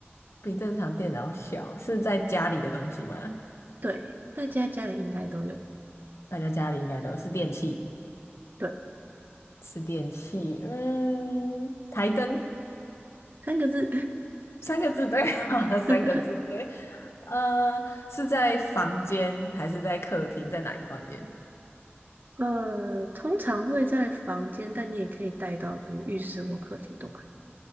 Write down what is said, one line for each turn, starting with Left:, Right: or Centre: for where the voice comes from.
Left: 比正常电脑小，是在家里的东西吗？
Right: 对，大家家里应该都有。
Left: 大家家里应该都有是电器，
Right: 对，
Left: 是电器。嗯，台灯。
Right: 三个字，
Left: 三个字对啊，
Right: <laughs>
Left: <laughs> 三个字对。呃，是在房间还是在客厅？在哪一个房间？
Right: 呃，通常会在房间，但你也可以带到，可能浴室或客厅都可以。